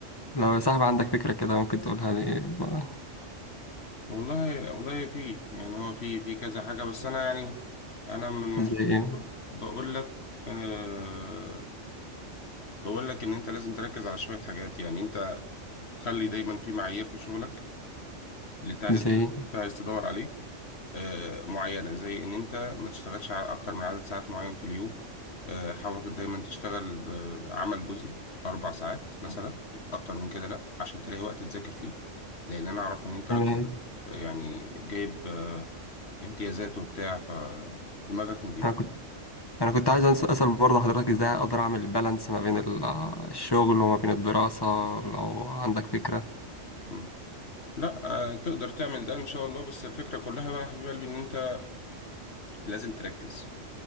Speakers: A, on the left; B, on the left.
A: لو يا صاحبي عندك فكره كده ممكن تقولها لي بقى
B: والله والله في يعني هو في في كذا حاجة بس أنا يعني أنا من منظور
A: زي ايه
B: الطب بقول لك أه بقول لك إن أنت لازم تركز على شوية حاجات يعني أنت خلي دايما في معايير في شغلك اللي أنت عايز
A: زي إيه؟
B: اللي أنت عايز تدور عليه آه، معينة زي إن أنت ما تشتغلش ع- أكتر من عدد ساعات معين في اليوم آه، حاول دايما تشتغل بعمل جزئي أربع ساعات مثلا أكتر من كده لأ عشان تلاقي وقت تذاكر فيه لأن أنا أعرف إن أنت راجل
A: انا
B: آه، يعني جايب آه، امتيازات وبتاع فدماغك نضيفة
A: أنا انا كنت عايز أنس- اسال برضه حضرتك ازاي اقدر اعمل بالانس ما بين ال- الشغل وما بين الدراسه لو عندك فكره
B: مم. لأ آه، تقدر تعمل ده إن شاء الله بس الفكرة كلها بقى يا حبيب قلبي إن أنت لازم تركز